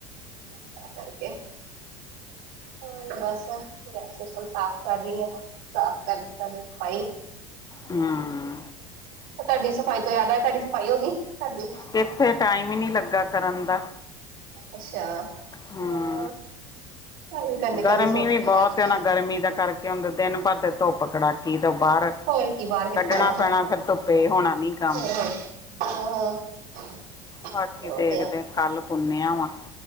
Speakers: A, on the right (about 70°); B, on the left (about 20°).
A: ਤਾਂ ਕਰਕੇ ਹੋਹੀ ਬਸ ਗੈਸ ਗੂਸ ਹੁਣ ਸਾਫ਼ ਕਰ ਰਹੀ ਹੈ। ਸਾਫ਼ ਕਰ ਦਿੱਤਾ ਭਾਈ
B: ਹਮ।
A: ਤੁਹਾਡੀ ਸਫ਼ਾਈ ਤੋਂ ਯਾਦ ਹੈ ਤੁਹਾਡੀ ਸਫ਼ਾਈ ਹੋ ਗਈ ਤੁਹਾਡੀ
B: ਕਿੱਥੇ ਟਾਈਮ ਹੀ ਨਹੀਂ ਲੱਗਾ ਕਰਨ ਦਾ।
A: ਅੱਛਾ।
B: ਹਮ।
A: ਹਾਂ ਅਸੀਂ ਵੀ ਕਰਨੀ ਕਰਨੀ
B: ਗਰਮੀ
A: ਸੋਚਦੇ
B: ਵੀ ਬਹੁਤ
A: ਰਹਿੰਦੇ
B: ਹੈ ਨਾ ਗਰਮੀ ਦਾ ਕਰਕੇ ਹੁੰਦੇ ਦਿਨ ਭਰ ਤੇ ਧੁੱਪ ਕੜਾਕੀ ਤੋਂ ਬਾਹਰ
A: ਹੋਰ ਕੀ ਬਾਹਰ ਕਿੱਥੇ
B: ਕੱਢਣਾ
A: ਜਾਣਾ ਫਿਰ
B: ਪੈਣਾ ਫੇਿਰ ਧੁੱਪੇ ਹੋਣਾ ਨੀ ਕੰਮ।
A: ਹਾਂ <unintelligible>
B: ਬਾਕੀ
A: ਉਹ
B: ਦੇਖਦੇ
A: ਤੇ ਆ
B: ਕੱਲ ਪੁੰਨਿਆ ਵਾਂ।